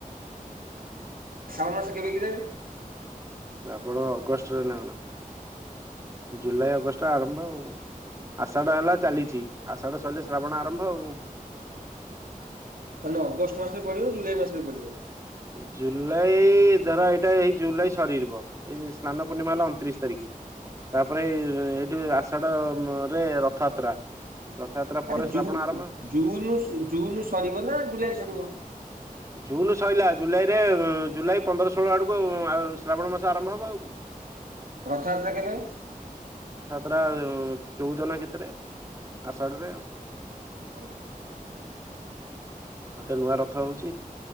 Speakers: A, on the right; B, on the right.
A: ଶ୍ରାବଣ ମାସ କେବେ କିରେ?
B: ଶ୍ରାବଣ ଅଗଷ୍ଟରେ ନା କଣ? ଜୁଲାଇ ଅଗଷ୍ଟ ଆରମ୍ଭ ଆଉ ଆଷାଢ ହେଲା ଚାଲିଛି। ଆଷାଢ଼ ସରିଲେ ଶ୍ରାବଣ ଆରମ୍ଭ ଆଉ।
A: ମାନେ ଅଗଷ୍ଟ ମାସରେ ପଡିବ ଜୁଲାଇ ମାସରେ ପଡିବ।
B: ଜୁଲାଇ ଧର ଏଇଟା ଏଇ ଜୁଲାଇ ସରିଯିବ ଏଇ ସ୍ନାନ ପୂର୍ଣ୍ଣିମା ହେଲା ଅଣତିରିଶି ତାରିଖ। ତାପରେ ଏଇ ଏଇଠୁ ଆଷାଢ ରେ ରଥଯାତ୍ରା। ରଥଯାତ୍ରା ପରେ
A: ଆରେ
B: ଶ୍ରାବଣ
A: ଜୁନ
B: ଆରମ୍ଭ।
A: ଜୁନ ସରିବ ନା ଜୁଲାଇ ସରିବ।
B: ଜୁନ ସଇଲା ଜୁଲାଇରେ ଜୁଲାଇ ପନ୍ଦର ଷୋହଳ ଆଡକୁ ଶ୍ରାବଣ ମାସ ଆରମ୍ଭ ହବ ଆଉ କଣ।
A: ରଥ ଯାତ୍ରା କେବେ?
B: ଏଟା ଚଉଦ ନା କେତେରେ ଆଷାଢରେ ଆଉ
A: ହଉ।
B: ଏଥର ନୂଆ ରଥ ହଉଛି।